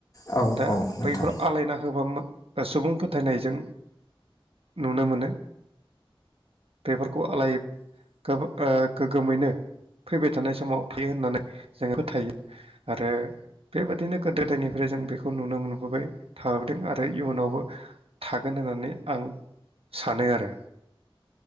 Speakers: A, on the left; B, on the right.
A: औ
B: दा
A: औ नोंथां
B: बैफोराव आलायना होबा मोन सुबुं फोथायनायजों नुनो मोनो बेफोर खौ आलाय गो ओ गोग्गोमैनो फैबाय थानाय समाव थायो होननानै जोङो फोथायो आरो बेबादिनो गोदो-गोदायनिफ्राय जों बेखौ नुनो मोनबोबाय थाबोदों आरो इयुनाव बो थागोन होननानै आं सानो आरो